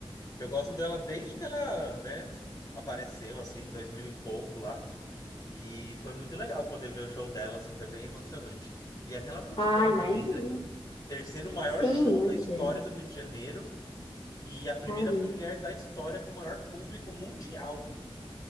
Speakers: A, on the left (about 40°); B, on the left (about 90°).
A: Eu gosto dela desde que ela, né, apareceu, assim, em 2000 e pouco lá. E foi muito legal poder ver o show dela, assim, foi bem emocionante. E aquela multidão
B: Ah, imagino.
A: também, né? Terceiro maior
B: Sim,
A: show
B: muita
A: da história
B: gente.
A: do Rio de Janeiro e a primeira
B: Caramba.
A: mulher da história com o maior público mundial.